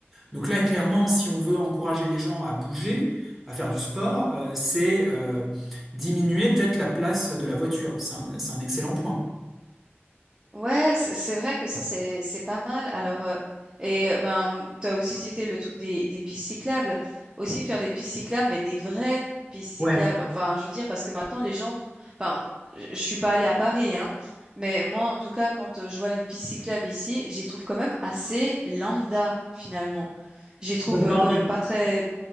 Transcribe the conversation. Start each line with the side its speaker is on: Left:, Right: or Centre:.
Centre: donc là, clairement, si on veut encourager les gens à bouger, à faire du sport, euh, c'est euh, diminuer peut-être la place de la voiture. C'est un, c'est un excellent point.
Right: Ouais, c- c'est vrai que ça, c'est, c'est pas mal. Alors, euh, et euh, ben, t'as aussi cité le truc des, des pistes cyclables. Aussi faire des pistes cyclables, mais des vraies pistes cyclables.
Centre: Ouais,
Right: Enfin, je veux dire, parce que maintenant, les gens, enfin, je je suis pas allée à Paris, hein. Mais moi, en tout cas, quand euh, je vois les pistes cyclables ici, j'y trouve quand même assez lambda, finalement. J'y trouve
Centre: ça donne
Right: euh,
Centre: pas
Right: quand
Centre: envie.
Right: même pas très,